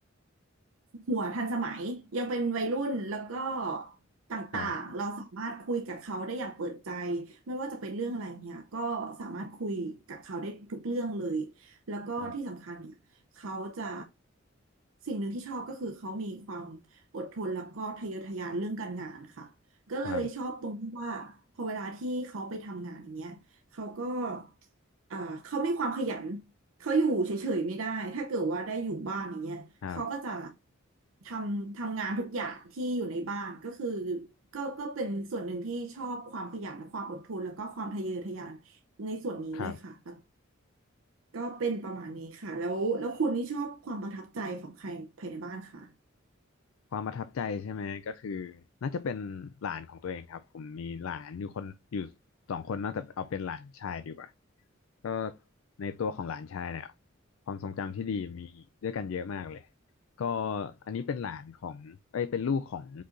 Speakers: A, on the right; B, on the left.
A: หัวทันสมัยยังเป็นวัยรุ่นแล้วก็ต่างๆเราสามารถคุยกับเขาได้อย่างเปิดใจ
B: ครับ
A: ไม่ว่าจะเป็นเรื่องอะไรเนี่ยก็สามารถคุยกับเขาได้ทุกเรื่องเลยแล้วก็ที่สำคัญเนี่ยเขาจะ
B: ครับ
A: สิ่งหนึ่งที่ชอบก็คือเขามีความอดทนแล้วก็ทะเยอทะยานเรื่องการงานค่ะก็เลยชอบตรงที่ว่าพอเวลาที่เขาไปทำงานอย่างเงี้ยเขาก็
B: ครับ
A: อ่าเขามีความขยัน เขาอยู่เฉยๆไม่ได้ถ้าเกิดว่าได้อยู่บ้านอย่างเงี้ยเขาก็จะ
B: ครับ
A: ทำทำงานทุกอย่างที่อยู่ในบ้านก็คือก็ก็เป็นส่วนหนึ่งที่ชอบความขยันความอดทนแล้วก็ความทะเยอทะยานในส่วนนี้ด้วยค่ะแล้ว
B: ครับ
A: ก็เป็นประมาณนี้ค่ะแล้วแล้วคุณนี่ชอบความประทับใจของใครภายในบ้านค่ะ
B: ความประทับใจใช่ไหมก็คือน่าจะเป็นหลานของตัวเองครับผมมีหลานอยู่คนอยู่สองคนน่าจะเอาเป็นหลานชายดีกว่าก็ในตัวของหลานชายเนี่ยความทรงจำที่ดีมีด้วยกันเยอะมากเลยก็อันนี้เป็นหลานของเอ้ยเป็นลูกของ